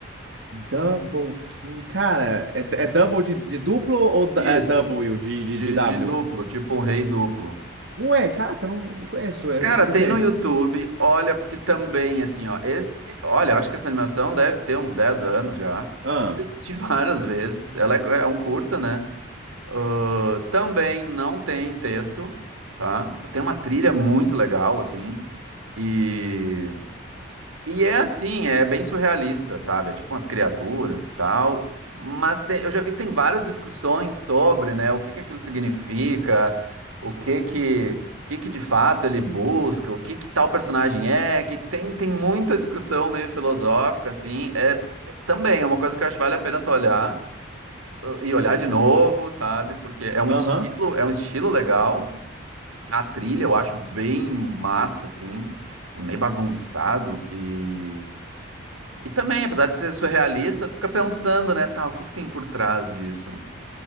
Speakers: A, on the right; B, on the right.
A: Double King. Cara, é, é double de, de duplo ou du-
B: Isso,
A: é Double de, de,
B: de,
A: de W?
B: de duplo, tipo um rei duplo.
A: Ué, caraca, eu não, não conheço. É,
B: Cara,
A: é sobre
B: tem
A: o quê?
B: no YouTube, olha, porque também, assim, ó, esse, olha, eu acho que essa animação deve ter uns 10 anos já.
A: Ah,
B: Eu assisti <laughs> várias vezes, ela é, é um curta, né? Ah, também não tem texto, tá? Tem uma trilha muito legal, assim, e e é assim, é bem surrealista, sabe? É tipo umas criaturas e tal. Mas tem- eu já vi que tem várias discussões sobre, né, o que que aquilo significa, o que que, o que que de fato ele busca, o que que tal personagem é. que- tem, tem muita discussão meio filosófica, assim. É, também é uma coisa que eu acho que vale a pena tu olhar uh, e olhar de novo, sabe? Porque é um
A: aham.
B: estilo, é um estilo legal. A trilha eu acho bem massa, assim. É meio bagunçado e e também, apesar de ser surrealista, tu fica pensando, né, tá, o que que tem por trás disso?